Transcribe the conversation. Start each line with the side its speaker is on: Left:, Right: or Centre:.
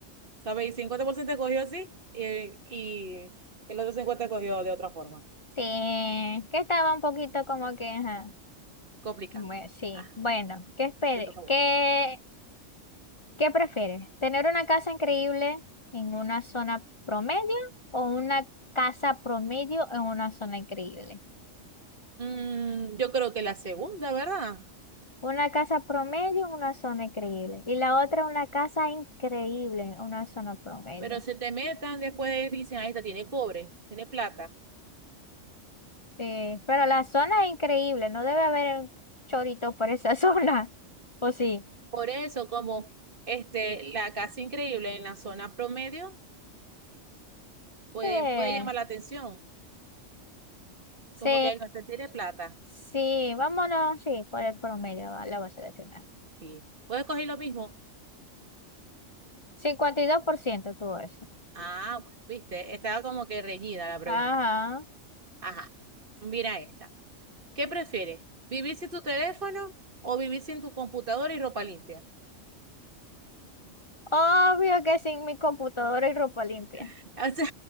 Right: ¿sabéis? cincuenta por ciento escogió así y, y el otro 50 escogió de otra forma.
Left: Sí, que estaba un poquito como que, ajá.
Right: Complicado.
Left: Bueno, sí.
Right: Ajá,
Left: Bueno, ¿qué espere?
Right: te toca a vos.
Left: ¿Qué, qué prefieres? ¿Tener una casa increíble en una zona promedio o una casa promedio en una zona increíble?
Right: Mm, yo creo que la segunda, ¿verdad?
Left: Una casa promedio, en una zona increíble. Y la otra, una casa increíble, en una zona promedio.
Right: Pero se te metan después, dicen, ahí está, tiene cobre, tiene plata.
Left: Sí, pero la zona es increíble, no debe haber chorito por esa <laughs> zona. ¿O sí?
Right: Por eso, como este, la casa increíble en la zona promedio puede,
Left: Sí,
Right: puede llamar la atención.
Left: sí,
Right: Como que "Ay, no usted tiene plata.
Left: sí, vámonos, sí, por el promedio va- la voy a seleccionar.
Right: Sí. ¿Puedes coger lo mismo?
Left: cincuenta y dos por ciento tuvo eso.
Right: Ah, bueno, viste, estaba como que reñida la pregunta.
Left: Ajá.
Right: Ajá. Mira esta. ¿Qué prefieres? ¿Vivir sin tu teléfono o vivir sin tu computadora y ropa limpia?
Left: Obvio que sin mi computadora y ropa limpia.
Right: <laughs> O sea,